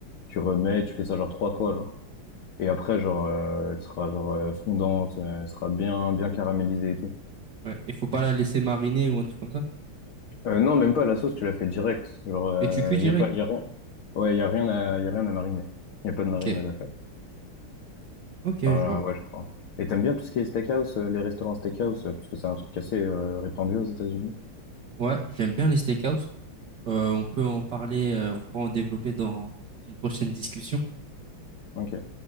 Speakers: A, on the left (about 70°); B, on the right (about 50°).
A: tu remets, tu fais ça genre trois fois, genre. Et après, genre, euh, elle sera genre euh, fondante, euh, elle sera bien, bien caramélisée et tout.
B: Ouais. Et faut pas la laisser mariner ou un truc comme ça.
A: Euh, non, même pas, la sauce, tu la fais direct. Genre,
B: Et tu cuis direct.
A: il y a pas, y a rien. Ouais, y a rien à, y a rien à mariner. Y a pas de marinade
B: Ok.
A: à faire.
B: Ok, je
A: Euh,
B: vois.
A: ouais, je crois. Et t'aimes bien tout ce qui est steakhouse, euh, les restaurants steakhouse, euh, parce que c'est un truc assez euh, répandu aux États-Unis.
B: Ouais, j'aime bien les steakhouse. Euh, on peut en parler, euh, on pourra en développer dans une prochaine discussion.
A: Ok.